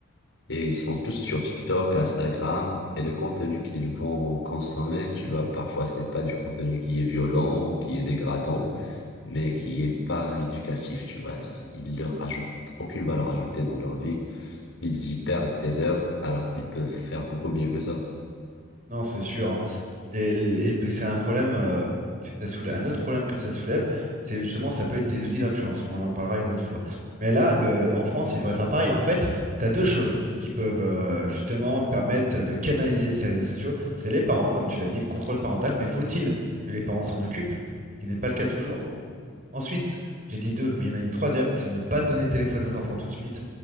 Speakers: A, on the left (about 75°); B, on the right (about 40°).
A: Et ils sont tous sur TikTok, Instagram. Et le contenu qu'ils vont consommer, tu vois, parfois, c'est pas du contenu qui est violent ou qui est dégradant, mais qui est pas éducatif, tu vois. C'est- Ils leur rajoutent aucune valeur ajoutée dans leur vie. Ils y perdent des heures alors qu'ils peuvent faire beaucoup mieux que ça.
B: Non, c'est sûr. hein. Et, l- et le- c'est un problème euh, que ça soulève. Un autre problème que ça soulève, c'est justement, ça peut être des outils d'influence, mais on en parlera une autre fois. Mais là, le- en France, il devrait faire pareil. En fait, tu as deux choses qui peuvent euh, justement permettre de canaliser ces réseaux sociaux. C'est les parents, comme tu l'as dit, le contrôle parental. Mais faut-il que les parents s'en occupent? Ce qui n'est pas le cas toujours. Ensuite, j'ai dit deux, mais il y en a une troisième, c'est ne pas donner de téléphone aux enfants tout de suite.